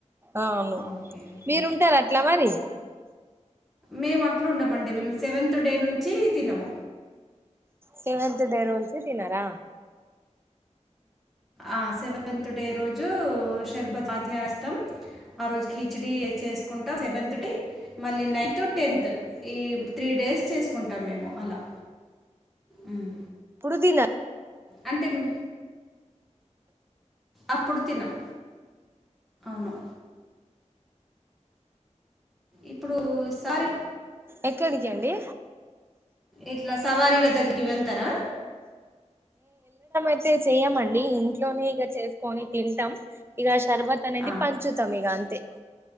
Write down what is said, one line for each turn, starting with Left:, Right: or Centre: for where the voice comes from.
Right: అవును,
Centre: ఓకే ఓకే
Right: మీరుంటారా అట్లా మరి.
Centre: మేము అట్లుండమండి, మేము సెవెంత్ డే నుంచి తినం.
Right: సెవెంత్ డే నుంచి తినారా.
Centre: ఆ సెవెంత్ డే రోజు షర్బత్ అధ్యస్థం. ఆ రోజు కిచిడీ ఏ చేసుకుంటాం సెవెంత్ డే. మళ్ళీ నైన్త్, టెన్త్ ఈ త్రీ డేస్ చేసుకుంటాం మేము అలా. ఉమ్
Right: పుదీన.
Centre: అంతే మా అప్పుడు తినం, అవును. ఇప్పుడు సారి
Right: ఎక్కడికి అండి.
Centre: ఇట్లా సవారీల దగ్గరికి వెళ్తారా.
Right: అంటే చేయమండి ఇంట్లోనే ఇగా చేసుకొని తింటాం. ఇగా ష్ తర్వాత అనేది
Centre: ఆ,
Right: పంచుతం ఇగా అంతే.